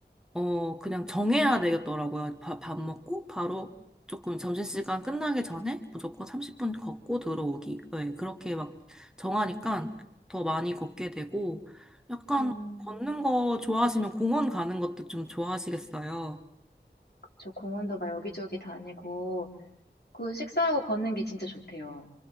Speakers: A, in the centre; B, on the left.
A: 어, 그냥 정해야 되겠더라고요. 바- 밥 먹고 바로 조금 점심시간 끝나기 전에 무조건 30분 걷고 들어오기. 네, 그렇게 막 정하니까 더 많이 걷게 되고 약간
B: 음.
A: 걷는 거 좋아하시면 공원 가는 것도 좀 좋아하시겠어요.
B: 저 공원도 막 여기저기 다니고 그 식사하고 걷는 게 진짜 좋대요.